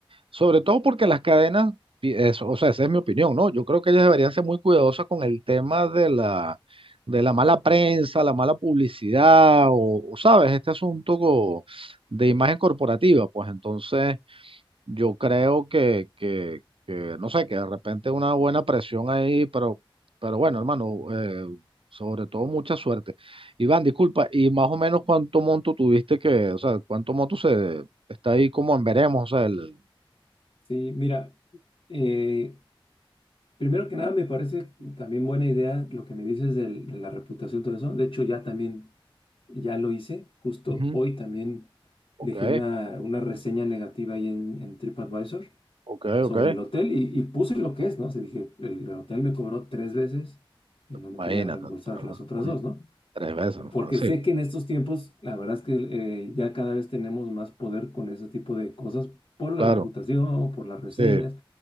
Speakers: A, on the right (about 75°); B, on the left (about 80°).
A: sobre todo porque las cadenas, pi- eso, o sea, esa es mi opinión, ¿no? Yo creo que ellas deberían ser muy cuidadosas con el tema de la, de la mala prensa, la mala publicidad o, o, ¿sabes? Este asunto co- de imagen corporativa, pues entonces... Yo creo que, que, que, no sé, que de repente una buena presión ahí, pero, pero bueno, hermano, eh, sobre todo mucha suerte. Iván, disculpa, y más o menos cuánto monto tuviste que, o sea, cuánto monto se está ahí como en veremos, o sea, el,
B: Sí, mira, eh, Primero que nada, me parece también buena idea lo que me dices del- de la reputación, todo eso. De hecho, ya también, ya lo hice. Justo
A: Ujú.
B: hoy también
A: ok,
B: dejé una, una reseña negativa ahí en, en TripAdvisor
A: ok,
B: sobre
A: ok,
B: el hotel y, y puse lo que es, ¿no? O sea, dije, el, el hotel me cobró tres veces y no me
A: imagínate,
B: quería reembolsar
A: ah,
B: las otras
A: coño,
B: dos, ¿no?
A: tres veces, ¿no?
B: Porque
A: Ah, Sí,
B: sé que en estos tiempos, la verdad es que eh, ya cada vez tenemos más poder con ese tipo de cosas por
A: claro,
B: la reputación, por las reseñas,
A: sí,